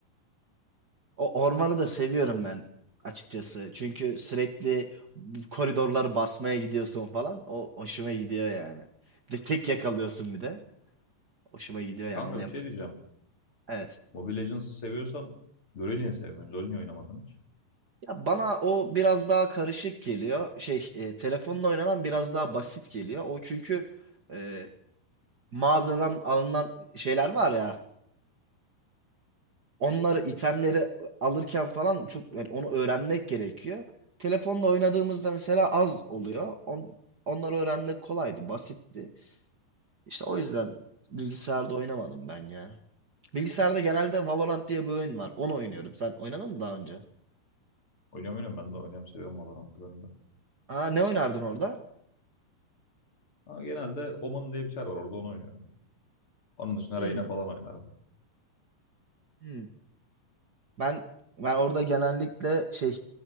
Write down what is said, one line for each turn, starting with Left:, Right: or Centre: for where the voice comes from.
Right: O ormanı da seviyorum ben açıkçası. Çünkü sürekli bu koridorları basmaya gidiyorsun falan. O hoşuma gidiyor yani. Bir de tek yakalıyorsun bir de. Hoşuma gidiyor
Left: E
Right: yani
Left: kanka
Right: onu yap.
Left: bir şey diyeceğim.
Right: evet.
Left: Mobile Legends seviyorsan LoL'ü niye sevmiyorsun? LoL niye oynamadın hiç?
Right: Ya bana o biraz daha karışık geliyor. Şey, e, telefonla oynanan biraz daha basit geliyor. O çünkü e, mağazadan alınan şeyler var ya. Onları, itemleri alırken falan çok yani onu öğrenmek gerekiyor. Telefonla oynadığımızda mesela az oluyor. On, onları öğrenmek kolaydı, basitti. İşte o yüzden bilgisayarda oynamadım ben ya. Bilgisayarda genelde Valorant diye bir oyun var. Onu oynuyorum. Sen oynadın mı daha önce?
Left: Oynuyorum oynuyorum ben de oynuyorum seviyorum Valorant'ı ben de.
Right: Aa ne oynardın orada?
Left: Ama genelde Omen diye bir çar var orada onu oynuyorum. Onun dışında
Right: Hmm,
Left: Reyna falan oynarım.
Right: hmm. Ben ben orada genellikle şey